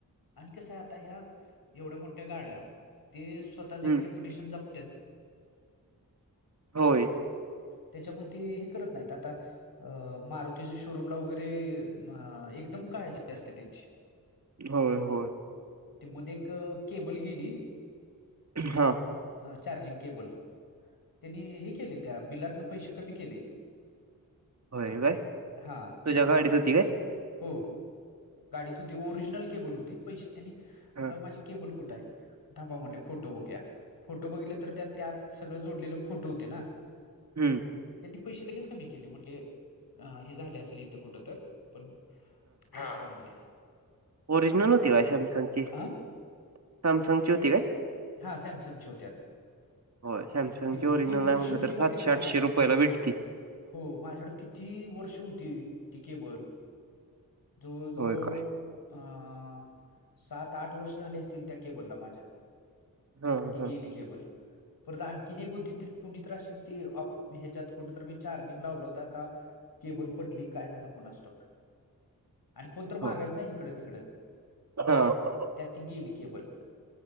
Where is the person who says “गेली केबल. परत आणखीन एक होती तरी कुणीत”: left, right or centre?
Left